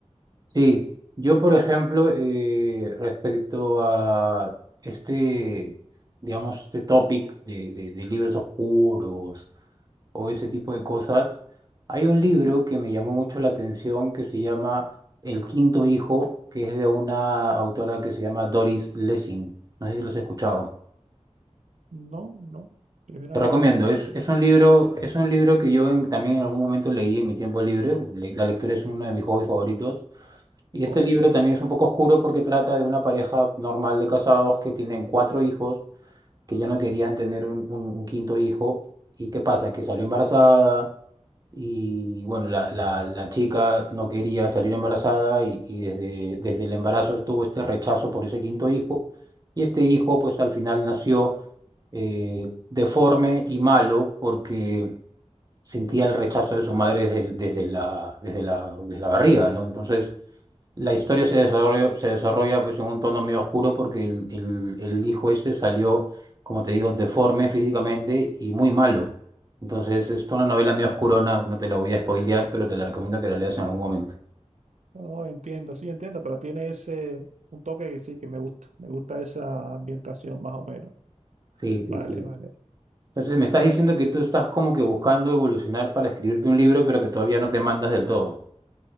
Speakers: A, on the right (about 35°); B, on the right (about 85°).
A: Sí. Yo, por ejemplo, eh, respecto a este, digamos, este topic de, de, de libros oscuros o ese tipo de cosas. Hay un libro
B: Ujú.
A: que me llamó mucho la atención que se llama El Quinto Hijo, que es de una autora que se llama Doris Lessing. No sé si lo has escuchado.
B: No, no. Primera
A: Te recomiendo,
B: vez que lo escucho.
A: es, es un libro, es un libro que yo en- también en algún momento leí en mi tiempo libre. Le- la lectura es uno de mis hobbies favoritos. Y este
B: Oh,
A: libro
B: qué bien.
A: también es un poco oscuro porque trata de una pareja normal de casados que tienen cuatro hijos, que ya no querían tener un, un un quinto hijo. ¿Y qué pasa? Que salió embarazada Y bueno, la, la, la chica no quería salir embarazada y, y desde, desde el embarazo tuvo este rechazo por ese quinto hijo. Y este hijo
B: Mm,
A: pues al final nació eh, deforme y malo porque sentía el rechazo de su madre desde, el- desde la, desde la, desde la barriga, ¿no? Entonces la historia
B: sí.
A: se desarrolla, se desarrolla pues en un tono medio oscuro porque el, el- el hijo este salió, como te digo, deforme físicamente y muy malo. Entonces es una novela medio oscurona, no te la voy a spoilear, pero te la recomiendo que la leas en algún momento.
B: Oh, entiendo, sí, entiendo, pero tiene ese, un toque que sí, que me gusta. Me gusta esa ambientación más o menos.
A: Sí, sí,
B: Vale,
A: sí.
B: vale.
A: Entonces me estás diciendo que tú estás como que buscando evolucionar para escribirte un libro, pero que todavía no te mandas del todo.